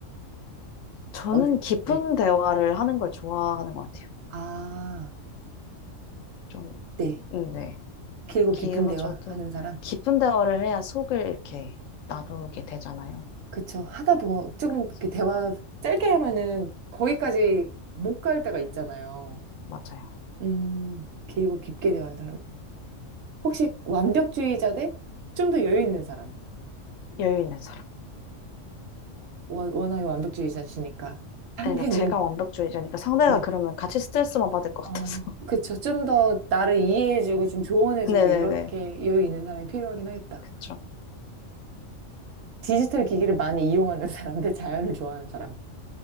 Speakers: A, on the left (about 80°); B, on the right (about 75°).
A: 저는
B: 어디?
A: 깊은
B: 네.
A: 대화를 하는 걸 좋아하는 것 같아요.
B: 아,
A: 좀,
B: 네.
A: 음, 네.
B: 길고
A: 길어져도
B: 깊은 대화 하는 사람?
A: 깊은 대화를 해야 속을 이렇게 나누게 되잖아요.
B: 그쵸. 하다 보면 조금
A: 그래서,
B: 이렇게 대화 짧게 하면은 거기까지 못 갈 때가 있잖아요.
A: 맞아요.
B: 음, 길고 깊게 대화하는 사람. 혹시 완벽주의자 대 좀 더 여유 있는 사람?
A: 여유 있는 사람.
B: 워- 워낙에 완벽주의자시니까. 상대는,
A: 그러니까 제가 완벽주의자니까 상대가
B: 네.
A: 그러면 같이 스트레스만 받을 것
B: 아,
A: 같아서.
B: 그쵸. 좀 더 나를 이해해주고 좀 조언해주고
A: <laughs> 네네네.
B: 이렇게 여유 있는 사람이 필요하긴 하겠다.
A: 그쵸.
B: 디지털 기기를 많이 이용하는 <laughs> 사람 대 자연을 좋아하는 사람.